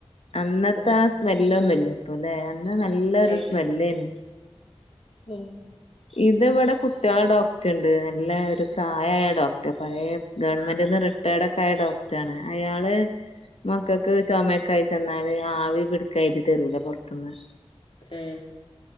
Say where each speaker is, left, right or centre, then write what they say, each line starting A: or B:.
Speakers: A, on the left (about 80°); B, on the left (about 60°).
A: അന്നത്തെ
B: ഉം
A: ആ സ്മെല്ലൊന്നുംല്ലപ്പൊ അല്ലെ അന്ന നല്ല
B: ഇല്ല ഇല്ല
A: സ്മെല്ലേനെ
B: ഉം
A: ഇത് ഇവിടെ കുട്ടികളെ ഡോക്ടർ ഉണ്ട് നല്ല ഒരു പ്രായായ ഡോക്ടർ പഴയ ഗവൺമെന്റ്ന്ന്
B: ആഹ്
A: റിട്ടയർഡ ഒക്കെ ആയ ഡോക്ടറാണ് അയാള് മക്കൾക്ക് ചുമ കായി ചെന്നാല് ആവി പിടുക്കാന് എഴുതിരൊലെ പുറത്തുന്ന്.
B: ഏഹ്